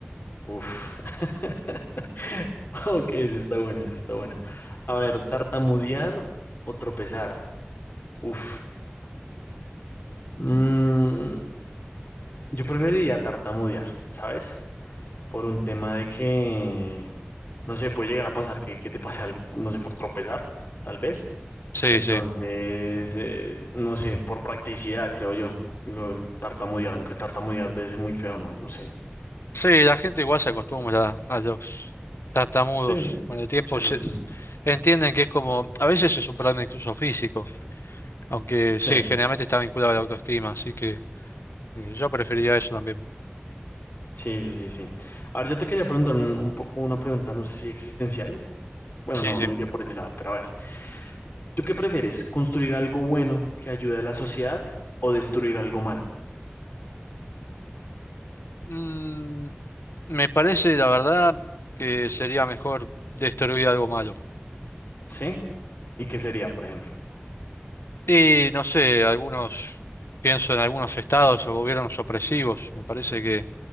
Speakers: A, on the left; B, on the left.
A: Uf. <laughs> <laughs> Ok, esa está buena, esa está buena. A ver, tartamudear o tropezar. Uf. Mm, yo preferiría tartamudear, ¿sabes? Por un tema de que, no sé, puede llegar a pasar que, que te pase algo, no sé, por tropezar, tal vez.
B: Sí,
A: Entonces,
B: sí.
A: eh, no sé, por practicidad, creo yo. Lo, el tartamudear, aunque tartamudear debe ser muy feo, no, no sé.
B: Sí, la gente igual se acostumbra a los tartamudos.
A: Sí,
B: Con el tiempo
A: cielos.
B: se- entienden que es como, a veces es un problema incluso físico, aunque
A: Sí,
B: sí, generalmente está vinculado a la autoestima, así que eh, yo preferiría eso también.
A: sí, sí, sí, sí. A ver, yo te quería preguntar un, un poco una pregunta, no sé si existencial. Bueno,
B: Sí,
A: no,
B: sí.
A: no iría por ese lado, pero a ver, ¿tú qué prefieres? ¿Construir algo bueno que ayude a la sociedad o destruir algo malo?
B: Mm, me parece, la verdad, que sería mejor destruir algo malo.
A: ¿Sí? ¿Y qué sería, por ejemplo?
B: Y no sé, algunos, pienso en algunos estados o gobiernos opresivos. Me parece que